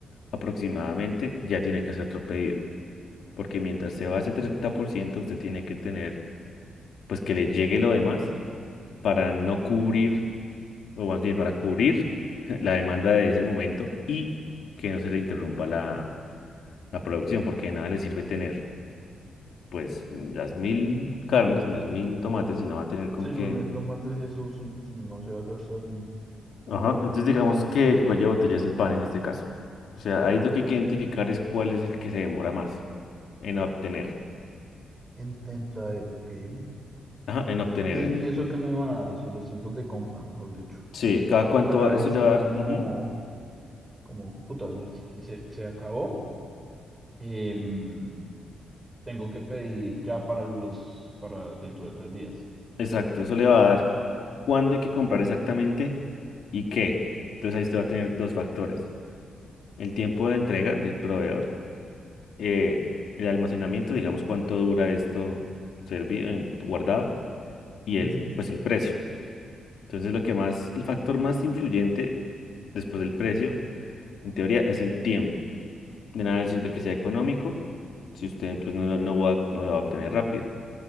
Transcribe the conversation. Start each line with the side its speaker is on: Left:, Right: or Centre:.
Left: aproximadamente, ya tiene que hacer otro pedido. Porque mientras se va ese 30% usted tiene que tener, pues que le llegue lo demás para no cubrir, o más bien para cubrir <laughs> la demanda de ese momento y que no se le interrumpa la, la producción, porque de nada le sirve tener, pues, las mil carnes, ni los mil tomates, y no va a tener con
Right: Sí,
Left: qué.
Right: los mismos tomates y eso sí, sí, no se va a gastar ni
Left: Ajá, entonces digamos que el cuello de botella es el pan en este caso. O sea, ahí lo que hay que identificar es cuál es el que se demora más en obtener.
Right: en, en traer, ok. ¿Y,
Left: Ajá, en obtener.
Right: es-
Left: en-
Right: y eso que me van a dar? O sea, los tiempos de compra, mejor dicho.
Left: Sí, cada cuánto
Right: Para
Left: va- eso
Right: decir
Left: le va a
Right: como,
Left: dar. ujú,
Right: como, puta, se, se se acabó. em, tengo que pedir ya para los, para dentro de tres días.
Left: Exacto, eso le va a dar cuándo hay que comprar exactamente y qué. Entonces ahí usted va a tener dos factores. El tiempo de entrega del proveedor, eh, el almacenamiento, digamos cuánto dura esto servido, guardado, y
Right: Ujú.
Left: el, pues el precio. Entonces, lo que más, el factor más influyente después del precio, en teoría, es el tiempo. De nada sirve que sea económico si usted pues, no, lo- no va, a- no lo va a obtener rápido.